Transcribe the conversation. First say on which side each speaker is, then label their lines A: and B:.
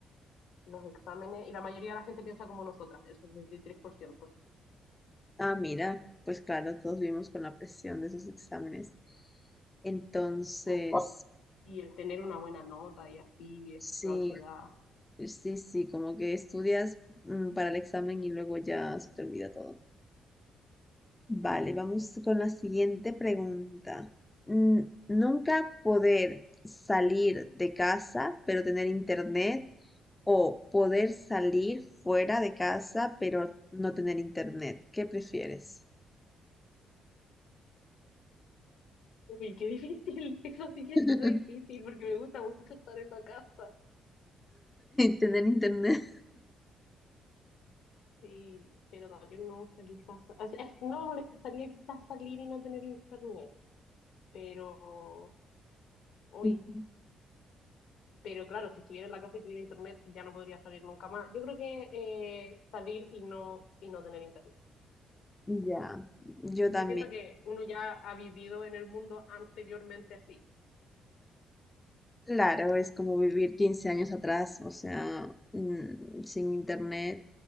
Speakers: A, on the left; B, on the left.
A: los exámenes, y la mayoría de la gente piensa como nosotras, el 63%.
B: Ah, mira, pues claro, todos vivimos con la presión de esos exámenes. Entonces,
A: o- y el tener una buena nota y así, es
B: sí,
A: la ansiedad.
B: sí, sí, como que estudias mm, para el examen y luego ya se te olvida todo. Vale, vamos con la siguiente pregunta. N- nunca poder salir de casa, pero tener internet, o poder salir fuera de casa, pero no tener internet. ¿Qué prefieres?
A: Uy, qué difícil, <laughs> eso sí que
B: <laughs>
A: está difícil porque me gusta mucho estar en la casa,
B: Tener internet.
A: sí, pero también me gusta quizás, o sea, es que no me molestaría quizás salir y no tener internet, pero, uy,
B: Ujú.
A: pero claro, si estuviera en la casa y tuviera internet ya no podría salir nunca más. Yo creo que eh, salir y no, y no tener internet,
B: Ya, yo también.
A: que siento que uno ya ha vivido en el mundo anteriormente así,
B: Claro, es como vivir 15 años atrás, o sea, mm, sin internet.